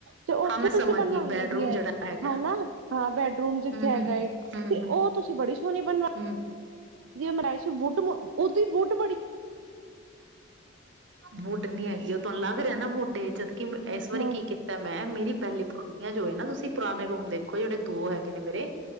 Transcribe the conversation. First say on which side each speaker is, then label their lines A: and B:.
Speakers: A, on the right (about 80°); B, on the right (about 60°).
A: ਤੇ ਉਓਥੇ
B: ਹਾਂ ਮੈਂ
A: ਤੁਸੀਂ
B: ਸਮਝ
A: ਬਣਵਾਈਆਂ
B: ਗਈ ਬੈਡਰੂਮ
A: ਦੀ ਹੈ
B: ਜਿਹੜਾ ਹੈਗਾ
A: ਹਾਂ ਬੈਡਰੂਮ ਜਿਥੇ
B: ਹੂੰ,
A: ਹੈਗਾ
B: ਹੂੰ, ਹੂੰ,
A: ਤੇ
B: ਹੂੰ,
A: ਉਹ ਤੁਸੀਂ ਬੜੀ ਸੋਹਣੀ ਬਣਵਾ
B: ਹੂੰ।
A: ਬਣਾਏ ਸੀ ਵੁਡ ਉਹਦੀ ਵੁਡ
B: ਵੁਡ ੀ ਹੈਗੀ ਉਹ ਤੁਹਾਨੂੰ ਲੱਗ ਰਿਹਾ ਨਾ ਵੁਡ ਹੈ ਜਦ ਕਿ ਇਸ ਵਾਰੀ
A: ਹਾਂ
B: ਕੀ ਕੀਤਾ ਮੈਂ ਮੇਰੀ ਪਹਿਲੀ ਪਰੋਲੀਆਂ ਜੋ ਹੈ ਨਾ ਤੁਸੀਂ ਪੁਰਾਣੇ ਰੂਮ ਦੇਖੋ ਜਿਹੜੇ ਦੋ ਹੈਗੇ ਨੇ ਮੇਰੇ